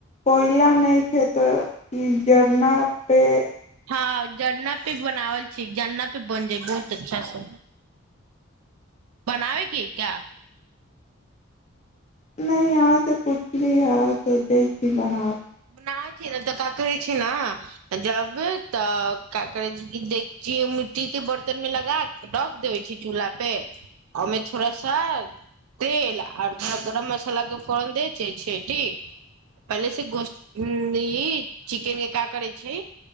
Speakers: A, on the left (about 30°); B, on the right (about 90°).
A: कोयला नहि छै तऽ ई जरना पे
B: हँ झरना पी बनावल ठ जानना पे बन जाय बहुत अच्छा से बनावेके क्या
A: नहि यहाँ से कुछ भी ह सोच जी बन
B: न खेल त क ै छी ने जब तऽ देख मिट्टी के बर्तन मे लगा रख देबे छी चूलहा पे ओमे थोड़ा सा तेल आर थोड़ा गरम मसाला के फोरन दै छै छ ठीक पहिले से गो ह ई चिकेन के का करै छै